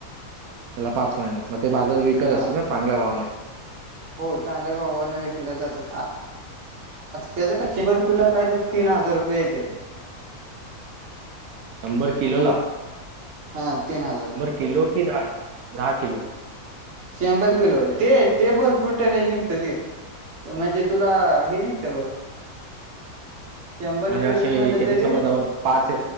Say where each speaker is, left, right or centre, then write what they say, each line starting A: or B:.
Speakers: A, on the right; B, on the right.
A: त्याला पाच महिना मग ते बाजार विकत
B: हा
A: असतील ना चांगल्या भावाने
B: हो चांगल्या भावाने विकल्या जातील आ त्याच काय शंभर किलो काय तर तीन हजार रुपये येत्यात
A: शंभर किलो ला
B: हा तीन हजार रुपये
A: किलो कि दहा दहा किलो
B: शंभर किलो ते तेबर फुट आणि निघत ते म्हणजे तुला हे निघत ते बघा शंभर
A: म्हणजे
B: किलोच
A: असे
B: म्हणलं
A: कधी
B: तरी
A: समजा जावं ना पाच